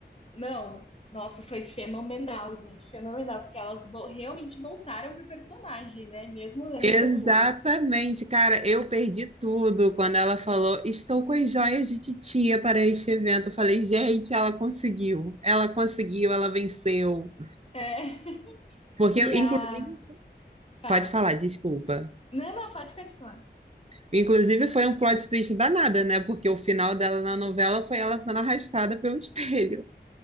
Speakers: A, on the left (about 35°); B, on the right (about 35°).
A: Não, nossa, foi fenomenal, gente, fenomenal, porque elas vo- realmente voltaram pro personagem, né? Mesmo anos
B: Exatamente,
A: depois.
B: cara, eu perdi tudo quando ela falou: "Estou com as joias de titia para este evento". Eu falei: "Gente, ela conseguiu. Ela conseguiu, ela venceu".
A: É, <laughs>
B: Porque
A: e
B: eu,
A: a...
B: inclusive,
A: Fala.
B: pode falar, desculpa.
A: Não, não, pode continuar.
B: Inclusive, foi um plot twist danada, né? Porque o final dela na novela foi ela sendo arrastada pelo espelho.